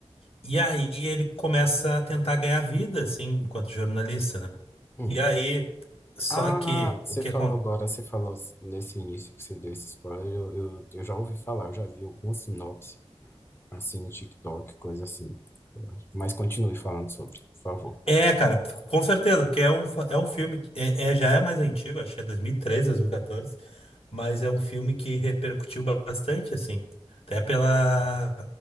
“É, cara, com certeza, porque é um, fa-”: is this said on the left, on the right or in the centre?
Left